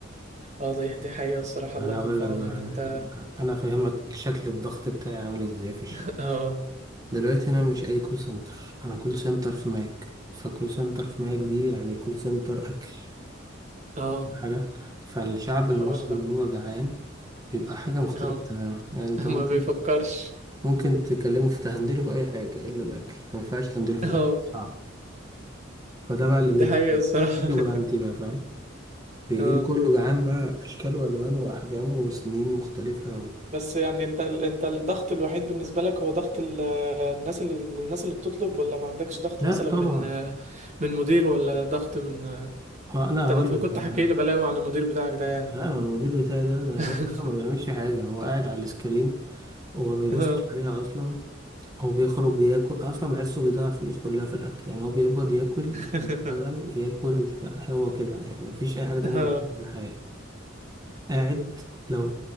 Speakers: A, on the right; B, on the right.
A: اه دي دي حقيقة الصراحة
B: أنا
A: الله يكون
B: أقول
A: في
B: لك
A: عونك
B: بقى على
A: ده انت
B: حاجة أنا فاهمك شكل الضغط بتاعي عامل إزاي في الشغل
A: <laughs> اه
B: دلوقتي أنا مش أي كول سنتر أنا كول سنتر في ماك فكول سنتر في ماك دي يعني كول سنتر أكل
A: اه
B: فاهم حاجة فالشعب المصري
A: الحوار ده
B: وهو جعان بيبقى حاجة مختلفة
A: اه
B: تماما يعني أنت
A: <laughs>
B: ممكن
A: ما بيفكرش
B: ممكن تكلمه في تهندله في اي حاجه الا الاكل ما ينفعش تهندله في
A: اه
B: الاكل صعب فده بقى اللي بيحصل
A: دي حقيقة الصراحة
B: دي شغلانتي
A: <laughs>
B: بقى فاهم فيجي
A: اه
B: لي كله جعان بقى اشكال والوان واحجام وسنين مختلفه و...
A: بس يعني انت انت الضغط الوحيد بالنسبة لك هو ضغط ال- الناس اللي الناس اللي بتطلب ولا ما عندكش ضغط
B: لا
A: مثلا
B: طبعا
A: من من مدير ولا ضغط من انت
B: ه- لا هقول
A: انا
B: لك
A: كنت
B: أنا-
A: حكي لي بلاوي عن المدير بتاعك ده يعني
B: لا أنا المدير بتاعي ده ده
A: <laughs>
B: هو اصلا ما بيعملش حاجه هو قاعد على السكرين وما بيبصش
A: اه
B: عليها اصلا هو بيخرج ياكل اصلا بحسه بيضيع فلوس كلها في الاكل يعني هو بيقبض ياكل
A: <laughs>
B: يشتغل ياكل يشتغل. هو كده يعني ما فيش اي حاجه تانية
A: اه
B: في الحياه قاعد لو